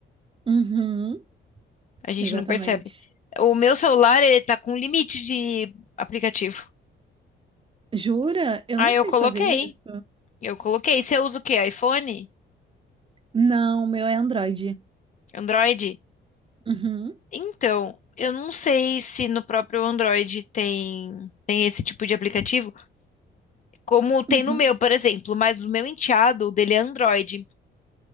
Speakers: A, on the right; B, on the left.
A: Uhum,
B: A gente
A: exatamente.
B: não percebe. O meu celular, ele tá com limite de aplicativo.
A: Jura? Eu
B: Aí
A: não sei
B: eu coloquei.
A: fazer isso.
B: Eu coloquei. Você usa o quê? iPhone?
A: Não, o meu é Android.
B: Android?
A: Uhum.
B: Então, eu não sei se no próprio Android tem, tem esse tipo de aplicativo, como tem
A: uhum.
B: no meu, por exemplo, mas o meu enteado, o dele é Android.